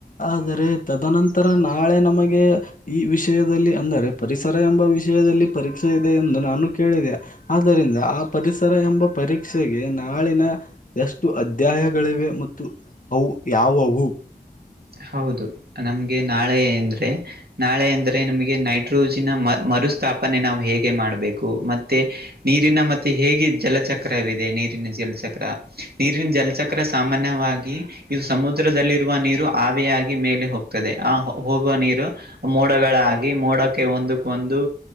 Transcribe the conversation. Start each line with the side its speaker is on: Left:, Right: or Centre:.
Left: ಆದರೆ ತದನಂತರ ನಾಳೆ ನಮಗೆ ಈ ವಿಷಯದಲ್ಲಿ ಅಂದರೆ ಪರಿಸರ ಎಂಬ ವಿಷಯದಲ್ಲಿ ಪರೀಕ್ಷೆ ಇದೆ ಎಂದು ನಾನು ಕೇಳಿದೆ ಆದ್ದರಿಂದ ಆ ಪರಿಸರ ಎಂಬ ಪರೀಕ್ಷೆಗೆ ನಾಳಿನ ಎಷ್ಟು ಅ ಅಧ್ಯಾಯಗಳಿವೆ ಮತ್ತು ಅವು ಯಾವವು
Right: ಹೌದು ನಮ್ಗೆ ನಾಳೆ ಎಂದ್ರೆ ನಾಳೆ ಅಂದ್ರೆ ನಮಗೆ ನೈಟ್ರೋಜಿನ್ ಮ ಮರುಸ್ಥಾಪನೆ ನಾವು ಹೇಗೆ ಮಾಡ್ಬೇಕು ಮತ್ತೆ ನೀರಿನ ಮತ್ತೆ ಹೇಗೆ ಜಲಚಕ್ರವಿದೆ ನೀರಿನ ಜಲಚಕ್ರ ನೀರಿನ ಜಲಚಕ್ರ ಚಕ್ರ ಸಾಮಾನ್ಯವಾಗಿ ಇದು ಸಮುದ್ರದಲ್ಲಿರುವ ನೀರು ಆಬೆಯಾಗಿ ಮೇಲೆ ಹೋಗ್ತದೆ ಆ ಹೋಗುವ ನೀರ್ ಮೋಡಗಳಾಗಿ ಮೋಡಕ್ಕೆ ಒಂದಕ್ಕೊಂದು